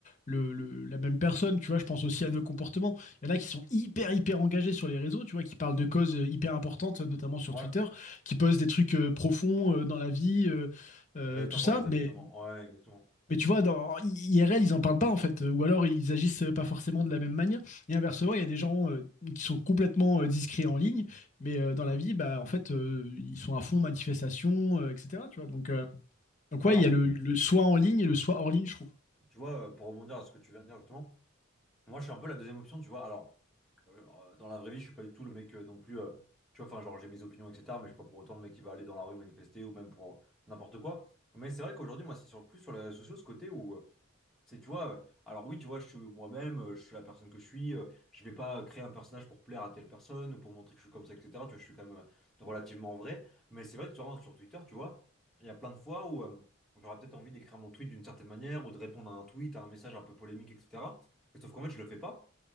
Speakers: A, on the left; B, in the centre.
A: le, le- la même personne, tu vois. Je pense aussi à nos comportements. Il y en a qui sont hyper hyper engagés sur les réseaux, tu vois, qui parlent de causes euh, hyper importantes, notamment sur
B: Ouais.
A: Twitter, qui posent des trucs euh, profonds euh, dans la vie, euh, euh,
B: J'allais
A: tout
B: t'en
A: ça,
B: parler de ça
A: mais
B: justement. Ouais, exactement.
A: mais tu vois, dans IRL, ils en parlent pas en fait, ou alors ils agissent pas forcément de la même manière. Et inversement, il y a des gens euh, qui sont complètement euh, discrets en ligne, mais euh, dans la vie, bah en fait, euh, ils sont à fond manifestation, euh, etc. Tu vois, donc euh, donc
B: Bah
A: ouais,
B: alors,
A: il y a le, le soi en ligne et le soi hors ligne, je trouve.
B: tu vois, euh, pour rebondir à ce que tu viens de dire justement, moi je suis un peu la deuxième option, tu vois. Alors, euh, euh, dans la vraie vie, je suis pas du tout le mec euh, non plus. euh, tu vois, enfin, genre j'ai mes opinions, etc. Mais je suis pas pour autant le mec qui va aller dans la rue manifester ou même pour n'importe quoi. Mais c'est vrai qu'aujourd'hui, moi, c'est sur, plus sur les réseaux sociaux ce côté où euh, C'est, tu vois, euh, alors oui, tu vois, je suis moi-même, euh, je suis la personne que je suis, euh, je vais pas créer un personnage pour plaire à telle personne ou pour montrer que je suis comme ça, etc. Tu vois, je suis quand même euh, relativement vrai, mais c'est vrai que tu vois, sur Twitter, tu vois, il y a plein de fois où euh, j'aurais peut-être envie d'écrire mon tweet d'une certaine manière ou de répondre à un tweet, à un message un peu polémique, etc. Sauf qu'en fait, je le fais pas.